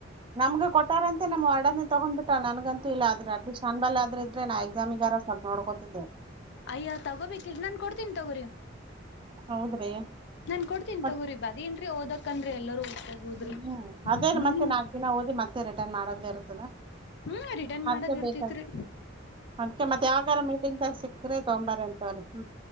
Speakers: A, on the right; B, on the left.
A: ನಮ್ಗ ಕೊಟ್ಟಾರಂತೆ ನಮ್ಮ ವರ್ಡನೆ ತಗೊಂಡ್ ಬಿಟ್ಟಳ ನನ್ಗಂತ ಇಲ್ಲ ಆದ್ರ ಅಟ್ಲೀಸ್ಟ್ ನನ್ ಬಲ್ಲಾದ್ರು ಇದ್ರೆ ನಾ ಎಕ್ಸಾಮಿಗಾರ ಸ್ವಲ್ಪ ನೋಡ್ಕೋತಿದ್ದೆ
B: ಅಯ್ಯ ತಗೋಬೇಕಿಲ್ ನಾನ್ ಕೊಡ್ತೀನಿ ತಗೋರಿ
A: ಹೌದ್ರಿ
B: ನಾನ್ ಕೊಡ್ತೀನಿ
A: ಮತ್ತ್
B: ತೊಗೋರಿ ಬಾರಿ ಏನ್ರಿ ಓದಕಂದ್ರೆ ಎಲ್ಲರೂ ಓದ್ಕೋಬೋದ್ರಿ
A: ಹ್ಮ್ ಅದೇನ್
B: ಹ್ಮ್
A: ಮತ್ತೆ ನಾಲ್ಕ್ ದಿನ ಓದಿ ಮತ್ತ ರಿಟರ್ನ್ ಮಾಡದೇ ಇರ್ತದ
B: ಹ್ಮ್ ರಿಟರ್ನ್
A: ಅದ್ಕ್ಕೆ
B: ಮಾಡದ್ ಇರ್ತೇತ್ರಿ
A: ಬೇಕ ಅದ್ಕ್ಕೆ ಮತ್ತೆ ಯಾವಾಗಾರ ಮೀಟಿಂಗ್ ತಾಕ್ ಸಿಕ್ಕ್ರಿ ತೊಂಬಾರೆ ಅಂತವ್ರಿ ಹ್ಮ